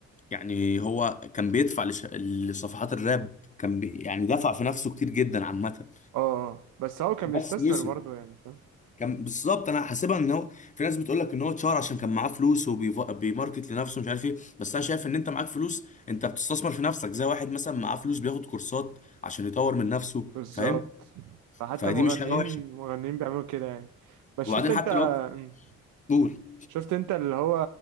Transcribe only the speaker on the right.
اه آه. بس هو كان
بيستثمر
برضه يعني فاهم
بالظبط
فحتى
مغنيين
مغنيين بيعملوا كده يعني بس شفت
انت
مم.
شفت انت اللي هو